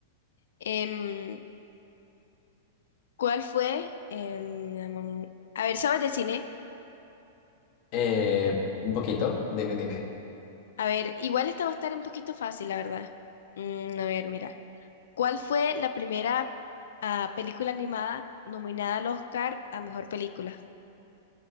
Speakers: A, on the left; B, on the left.
A: Em, ¿cuál fue? Em, a ver, ¿sabes de cine?
B: Eh, un poquito, dime, dime.
A: A ver, igual esta va a estar un poquito fácil, la verdad. Mm, a ver, mira. ¿Cuál fue la primera ah, película animada nominada al Oscar a mejor película?